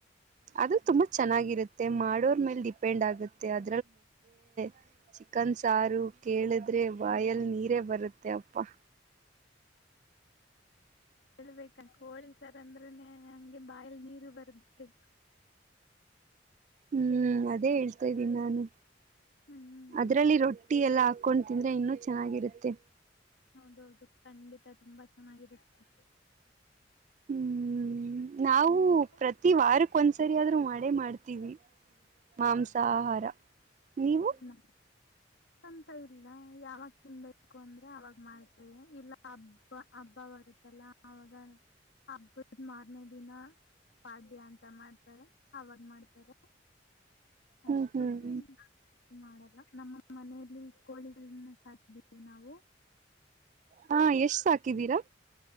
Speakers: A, on the right; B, on the left.
A: ಅದು ತುಂಬಾ ಚೆನ್ನಾಗಿರುತ್ತೆ ಮಾಡೋರ್ ಮೇಲ್ ಡಿಪೆಂಡ್ ಆಗುತ್ತೆ ಅ <inaudible> ಚಿಕನ್ ಸಾರು ಕೇಳಿದ ಆದ್ರೆ ವಾಯಲ್ ನೀರೇ ಬರುತ್ತೆ ತ್ತ ಅಪ್ಪ
B: ಹೇಳ್ಬೇಕಾ ಕೋಳಿ ತರ ಅಂದ್ರನೆೇ ಹಂಗೆ ಬಾಯಲ್ ನೀರು ಬರುತ್ತೆ
A: ಹ್ಮ್ ಅದೇ ಹೇಳ್ತಾ ಇದ್ದೀನಿ ನಾನು
B: ಹ್ಮ್
A: ಅದ್ರಲ್ಲಿ ರೊಟ್ಟಿ ಎಲ್ಲ ಹಾಕೊಂಡು ತಿಂದ್ರೆ ಇನ್ನೂ ಚೆನ್ನಾಗಿರುತ್ತೆ
B: ಹೌದೌದು ಖಂಡಿತ ತುಂಬಾ ಚೆನ್ನಾಗಿರುತ್ತ
A: ಹ್ಮ್ ನಾವು
B: ನಾವು
A: ಪ್ರತಿ ವಾರಕ್ ಒಂದ್ಸರಿ ಆದ್ರೂ ಮಾಡೇ ಮಾಡ್ತೀವಿ ಮಾಂಸಾಹಾರ ನೀವು
B: ನ ಅಂತ ಇಲ್ಲ ಯಾವಾಗ ತಿನ್ಬೇಕು ಅಂದ್ರೆ ಅವಾಗ ಮಾಡ್ತೇವೆ ಇಲ್ಲ ಹಬ್ಬ ಹಬ್ಬ ಬರುತ್ತಲ್ಲ ಅವಾಗ ಹಬ್ಬದ ಮಾರ್ನೇ ದಿನ ಪಾಡ್ಯ ಅಂತ ಮಾಡ್ತಾರೆ ಅವಾಗ ಮಾಡ್ತಾರೆ ಅಷ್ಟ
A: ಹ್ಮ್ ಹ್ಮ್
B: ಬಿಟಿ ಮಾಡ ನಮ್ಮ ಮನೆಯಲ್ಲಿ ಕೋಳಿಗಳನ್ನ ಸಾಟಿದೀವಿ ನಾವು
A: ಹಾ ಎಷ್ಟು ಸಾಕಿದೀರಾ